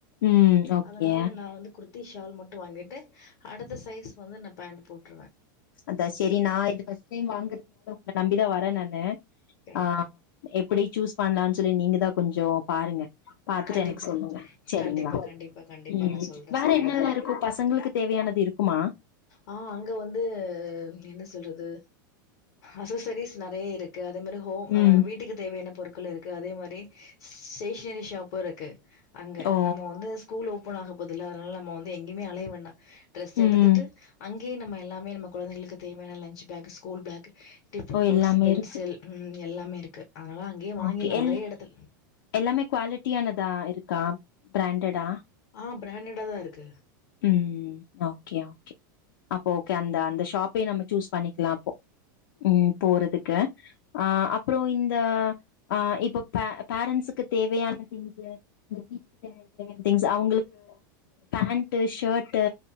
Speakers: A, on the left (about 80°); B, on the left (about 40°).
A: உம் ஓகே
B: அதனால நா வந்து குர்த்தி ஷால் மட்டு வாங்கிட்டு அடுத்த சைஸ் வந்து நா பேண்டு போட்டுருவ
A: அதா சேரி நா இது ஃபஸ்ட் டைம் வாங்குறதுனால உங்கள நம்பிதா வர நானு
B: கண்
A: ஆ எப்படி சூஸ் பண்லான் சொல்லி நீங்கதா கொஞ்சோ பாருங்க பாத்துட்டு
B: கண்டிப்
A: எனக்கு சொல்லுங்க சேரிங்களா
B: கண்டிப்பா கண்டிப்பா கண்டிப்பா
A: ம்
B: நா சொல்றே
A: வேற
B: சரிங்களா
A: என்னெல்லா இருக்கு பசங்களுக்கு தேவையானது இருக்குமா
B: ஆ அங்க வந்து து என்ன சொல்றது அசோசரிஸ் நறைய இருக்கு அதே மாரி ஹோம்
A: ம்
B: வீட்டுக்கு தேவையான பொருட் கள் இருக்கு அதே மாரி ஸ்டேஷனரி ஷாப்பு இருக்கு அங்க
A: ஓ
B: நம்ம வந்து ஸ்கூல்லோப் ஓப்பனாக போதுல்ல அதனால நம்ம வந்து எங்யுமே அலைய வேண்டா டிரஸ்
A: ம்
B: எடுத்துட் அங்யே நம்ம எல்லாமே நம்ம கொழந்தைங்களுக்கு தேவையான லன்ச் பேக் ஸ்கூல் பேக் டிபன்
A: ஓ
B: பாக்ஸ்சு
A: எல்லாமே
B: பென்சில்
A: இருக்கு
B: ம் எல்லாமே இருக்கு அதனால அங்கேயே வாங்கிட்லா
A: ஓகே எல்
B: ஒரே எடத்துல
A: எல்லாமே குவாலிட்டியானதா இருக் கா பிராண்டடா
B: ஆ பிராண்டடாதா இருக்கு
A: ம் ஓகே ஓகே அப்போ ஓகே அந்த அந்த ஷாப்பே நம்ம சூஸ் பண்ணிக்லா அப்போ ம் போறதுக்கு ஆ அப்பறோ இந்த ஆ இப்ப பே பேரண்ட்ஸுக்கு தேவையான திங்ஸ்சு இந்த வீட்டுக்கு தேவையா ன திங்ஸு அவங்களுக்கு பேண் ஷோர்டு